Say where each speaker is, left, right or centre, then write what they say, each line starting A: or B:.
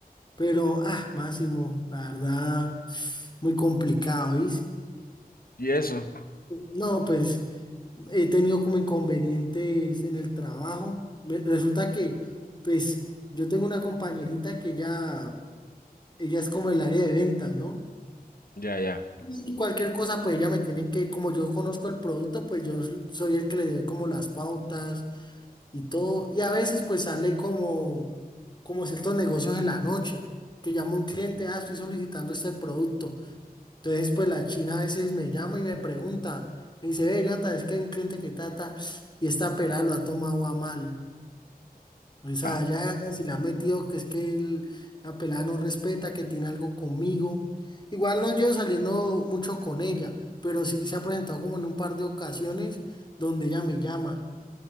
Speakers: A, on the left; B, on the left.
A: pero, ah, Máximo, la verdad, <sniffs> muy complicado, ¿viste?
B: Y eso,
A: No, pues he tenido como inconvenientes en el trabajo. Me- Resulta que, pues, yo tengo una compañerita que ya, ella ella es como el área de ventas, ¿no?
B: ya, ya.
A: Y cualquier cosa, pues ella me tiene que, como yo conozco el producto, pues yo s- soy el que le doy como las pautas y todo. Y a veces pues sale como, como ciertos negocios en la noche, que llama un cliente, ah, estoy solicitando este producto. Entonces pues la china a veces me llama y me pregunta, me dice, ve, Jonathan, es que hay un cliente que trata y esta pelada lo ha tomado a mal. O sea,
B: Ah,
A: ya si la ha metido, que es que el- la pelada no respeta, que tiene algo conmigo. Igual no llevo saliendo mucho con ella, pero sí se ha presentado como en un par de ocasiones donde ella me llama.